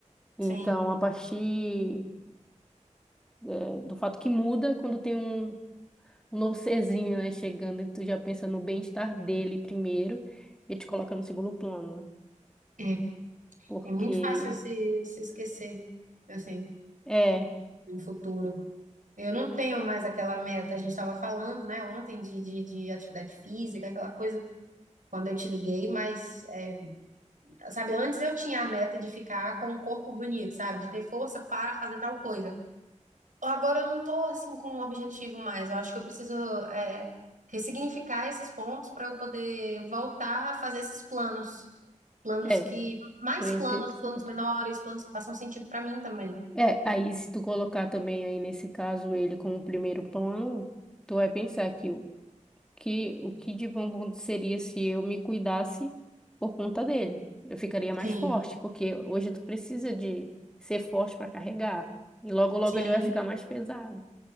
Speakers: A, in the centre; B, on the right.
A: Então,
B: sim.
A: a partir, eh, do fato que muda quando tem um um novo serzinho, né, chegando e tu já pensa no bem-estar dele primeiro e te coloca no segundo plano, né?
B: É,
A: Porque
B: é muito fácil se, se esquecer, assim,
A: é,
B: no futuro. Eu não tenho mais aquela meta, a gente estava falando, né, ontem de, de, de atividade física, aquela coisa, quando eu te liguei, mas, é, sabe, antes eu tinha a meta de ficar com o corpo bonito, sabe, de ter força para fazer tal coisa. Agora eu não tô assim com um objetivo mais. Eu acho que eu preciso é, ressignificar esses pontos para eu poder voltar a fazer esses planos. Planos
A: é,
B: que. Mais
A: seria
B: planos,
A: interessante.
B: planos menores, planos que façam sentido para mim também.
A: É, aí se tu colocar também aí nesse caso ele como primeiro plano, tu vai pensar que o que o que de bom aconteceria se eu me cuidasse por conta dele. Eu ficaria mais
B: Sim,
A: forte, porque hoje tu precisa de ser forte para carregar. E logo logo
B: sim,
A: ele vai ficar mais pesado.